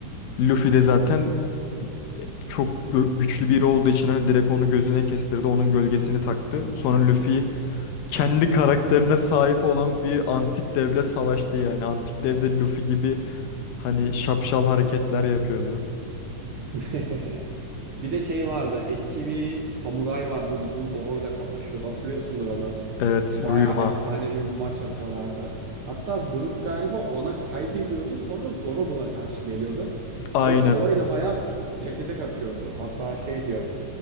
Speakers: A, on the left; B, on the right.
A: Luffy de zaten e, çok gö- güçlü biri olduğu için hani direkt onu gözüne kestirdi. Onun gölgesini taktı. Sonra Luffy kendi karakterine sahip olan bir antik devle savaştı yani. Antik devde Luffy gibi hani şapşal hareketler yapıyordu.
B: <laughs> Bir de şey vardı. Eski bir samuray vardı. Bizim Zoro'yla kapışıyordu. Hatırlıyorsundur onu.
A: Evet,
B: Bayağı
A: Ryuma.
B: efsanevi bir maç atıyorlardı. Hatta Brook galiba ona kaybediyordu. Sonra Zoro buna karşı geliyordu.
A: Aynen.
B: Ve Zoro'yla bayağı teke tek atıyordu. Hatta şey diyor.